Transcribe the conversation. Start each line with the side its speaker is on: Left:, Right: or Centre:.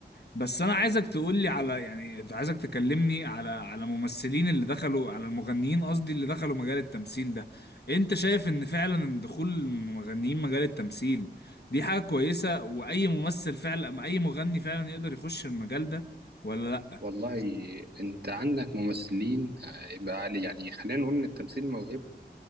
Left: بس انا عايزك تقول لي على يعني عايزك تكلمني على على ممثلين اللي دخلوا على المغنيين قصدي اللي دخلوا مجال التمثيل ده انت شايف ان فعلا دخول المغنيين مجال التمثيل دي حاجة كويسة واي ممثل فعلا أما اي مغني فعلا يقدر يخش المجال ده ولا لا
Right: والله انت عندك ممثلين آه، يبقى علي يعني خلينا نقول ان التمثيل موهبه